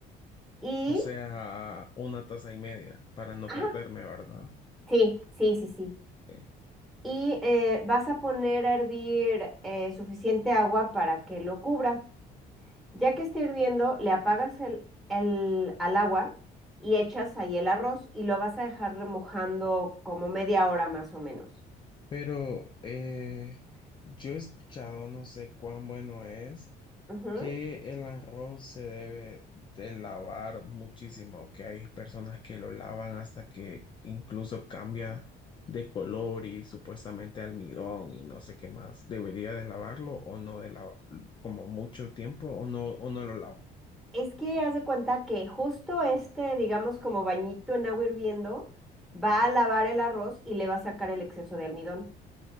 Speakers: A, in the centre; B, on the left (about 30°).
A: y
B: O sea, una taza y media para no
A: Ajá,
B: perderme, ¿verdad?
A: sí, sí, sí, sí.
B: Ok.
A: Y eh, vas a poner a hervir eh, suficiente agua para que lo cubra. Ya que esté hirviendo, le apagas el, el- al agua y echas ahí el arroz y lo vas a dejar remojando como media hora más o menos.
B: Pero eh, yo he escuchado, no sé cuán bueno es
A: Ujú.
B: que el arroz se debe de lavar muchísimo, que hay personas que lo lavan hasta que incluso cambia de color y supuestamente almidón y no sé qué más. ¿Debería de lavarlo o no de lavar como mucho tiempo o no o no lo lavo?
A: Es que haz de cuenta que justo este, digamos, como bañito en agua hirviendo, va a lavar el arroz y le va a sacar el exceso de almidón.